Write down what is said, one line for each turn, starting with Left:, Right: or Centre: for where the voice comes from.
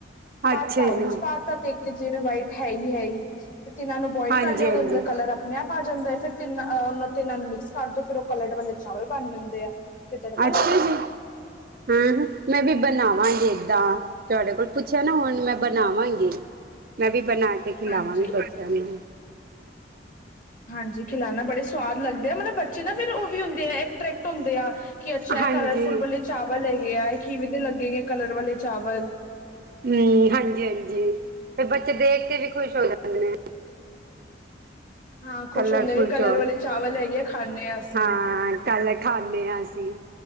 Left: ਪਾਤਾ
Right: ਅੱਛਾ
Left: ਓਰਂਜ
Right: ਜੀ,
Left: ਪਾਤਾ। ਦੇਖਦੇ ਜਿਵੇਂ ਵਾਈਟ ਹੈ ਹੀ - ਹੈ ਹੀ। ਤੇ ਇਹਨਾਂ ਨੂੰ ਬੋਇਲ
Right: ਹਾਂਜੀ,
Left: ਕਰ ਲਿਆ। ਉਹਦੇ
Right: ਹਾਂਜੀ
Left: ਅੰਦਰ ਕਲਰ ਆਪਣੇ ਆਪ ਪਾ ਜਾਂਦਾ ਫਿਰ ਤਿੰਨਾਂ ਉਹ ਤਿੰਨਾਂ ਨੂੰ, ਮਿਕਸ ਕਰ ਦਿੰਦੇ। ਫਿਰ ਉਹ ਕਲਰ ਵਾਲੇ ਚਾਵਲ ਬਣ ਜਾਂਦੇ ਆ। ਫਿਰ ਤੜਕਾ
Right: ਅੱਛਾ
Left: ਲਾ ਲੋ
Right: ਜੀ। ਹਾਂ ਮੈਂ ਵੀ ਬਣਾਵਾਂਗੀ। ਦਾਂ ਤੁਹਾਡੇ ਕੋਲ ਪੁੱਛਿਆ ਨਾ। ਹੁਣ ਮੈਂ ਬਣਾਵਾਂਗੀ ਮੈਂ ਵੀ ਬਣਾ ਕੇ ਖਿਲਾਵਾਂਗੀ।
Left: ਹਾਂਜੀ
Right: ਬੱਚੇ ਚਨੂੰ <inaudible>
Left: ਹਾਂਜੀ ਖਿਲਾਨਣਾ ਬੜੇ ਸਵਾਦ ਲੱਗਦੇ ਆ ਵ ਮਤਲਬ ਬੱਚੇ ਨਾ ਫ਼ਿਰ ਉਹ ਵੀ ਹੁੰਦੇ ਆ। ਅਟਰੈਕਟ' ਹੁੰਦੇ ਆ। ਕੀ ਅੱਛਾ ਹੈ।
Right: ਹਾਂਜੀ
Left: ਕਲਰਫੁੱਲ ਵਾਲੇ ਚਾਵਲ ਹੈਗੇ ਆ ਹੈ। ਕਿਵੇਂ ਦੇ ਲੱਗੇ? ਗੇ ਕਲਰ ਵਾਲੇ ਚਾਵਲ।
Right: ਹਮ ਹਾਂਜੀ - ਹਾਂਜੀ ਫਿਰ ਬੱਚੇ ਦੇਖ ਕੇ ਵੀ ਖੁਸ਼ ਹੋ ਜਾਂਦੇ ਨੇ।
Left: ਹਾਂ
Right: ਕਲਰਫੁਲ
Left: ਖੁਸ਼ ਹੁੰਦਾ ਕਲਰ
Right: ਚੌਲ
Left: ਵਾਲੇ ਚਾਵਲ ਹੈਗੇ ਆ ਖਾਂਦੇ ਹਾਂ। ਅਸੀਂ
Right: ਹਾਂ ਕੱਲ ਖਾਂਦੇ ਹਾਂ। ਅਸੀਂ